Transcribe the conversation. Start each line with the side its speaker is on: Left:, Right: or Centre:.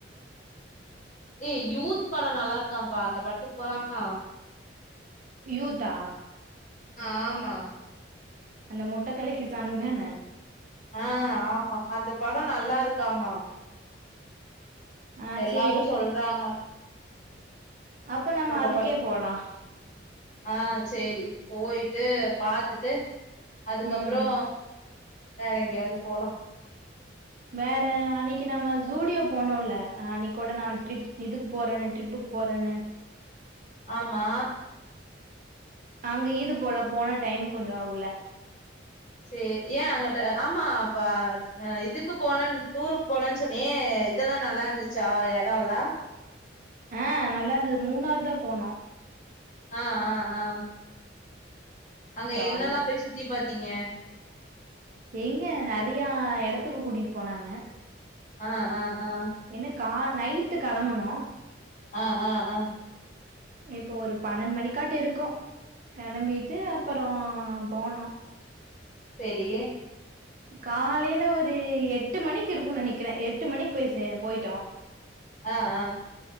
Left: ஏ யூத் படம் நல்லா இருக்காப்பா அந்த படத்துக்கு போலாமா
Right: யூத்தா
Left: ஆமா
Right: அந்த முட்ட கலக்கி சாங்குதானே
Left: ஆ ஆமா அந்த படம் நல்லா இருக்கா மா
Right: ஆ
Left: எல்லாரும்
Right: சேரி
Left: சொல்றாங்க
Right: அப்ப நம்ம
Left: அந்த
Right: அதுக்கே
Left: படத்
Right: போலாம்
Left: ஆ சரி போயிட்டு பாத்துட்டு அதுக்கப்றோ
Right: ம்
Left: வேற எங்கயாவது போலாம்
Right: வேற அன்னக்கி நம்ம ஸுடியோ போனோல அன்னைக்கு கூட நான் ட்ரிப் இதுக்கு போறேன்னுட் ட்ரிப்புக்கு போறேன்ன
Left: ஆமா
Right: நாங்க இது போல போனால் டைம் கொஞ்சம் ஆகுல
Left: சேரி ஏன் அங்குட்டு ஆமா அப்ப இதுக்கு போனன்னு டூருக்கு போனன்னு சொன்னியே இதெல்லா நல்லா இருந்துச்சா எடொல்லா
Right: ஆ நல்லார்ந்தது மூணாறு தான் போனோ
Left: ஆ ஆ ஆ அங்க
Right: ஜாலி
Left: என்னல்லாம் போய் சுத்தி பாத்தீங்க
Right: ஏங்க நெறயா எடத்துக்கு கூட்டிட்டு போனாங்க
Left: ஆ ஆ ஆ
Right: என்ன கா நைட்டு கெளம்பனோ
Left: ஆ ஆ ஆ
Right: இப்போ ஒரு பன்னென் மணிக்காட்டு இருக்கும் கெளம்பிட்டு அப்றோ போனோ
Left: செரி
Right: காலயில ஒரு எட்டு மணிக்கு இருக்கும்னு நெனக்கிறேன் எட்டு மணிக்கு போய் சே போயிட்டோம்
Left: ஆ ஆ